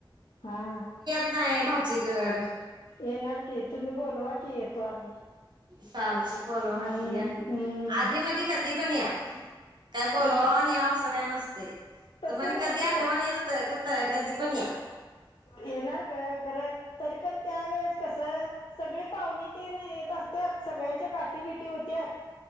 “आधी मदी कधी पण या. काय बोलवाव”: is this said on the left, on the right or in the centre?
Right